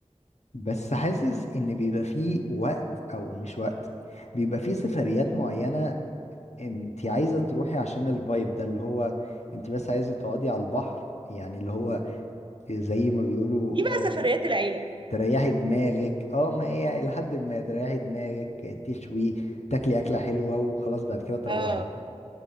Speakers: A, on the left; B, on the right.
A: بس حاسس ان بيبقى فيه وقت او مش وقت بيبقى فيه سفريات معينة انت عايزة تروحي عشان الفايب ده اللي هو انت بس عايزة تقعدي على البحر يعني اللي هو زي ما بيقولوا
B: دي بقى
A: آه
B: سفريات العيله
A: تريحي دماغك اه ما هي لحد ما تريحي دماغك آه، تشوي تاكلي اكلة حلوة وخلاص بعد كده تروحي
B: اه